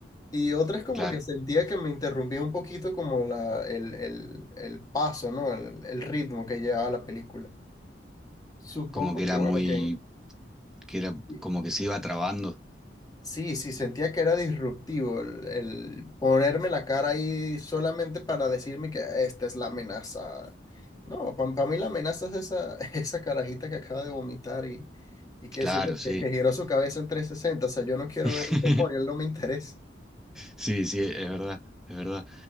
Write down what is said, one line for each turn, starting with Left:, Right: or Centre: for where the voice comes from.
Left: Y otras como
Centre: Claro,
Left: que sentía que me interrumpía un poquito como la, el, el, el paso, ¿no? El, el ritmo que llevaba la película. Supongo
Centre: como que era
Left: que, bueno,
Centre: muy,
Left: que en-
Centre: que era
Left: y-
Centre: como que se iba trabando.
Left: sí, sí, sentía que era disruptivo el, el ponerme la cara ahí solamente para decirme que esta es la amenaza. No, para mí la amenaza es esa, <laughs> esa carajita que acaba de vomitar y, y qué
Centre: Claro,
Left: sé yo,
Centre: sí.
Left: que, que giró su cabeza en trescientos sesenta O sea, yo no quiero
Centre: <laughs>
Left: ver el demonio, él no me interesa.
Centre: Sí, sí, es verdad, es verdad.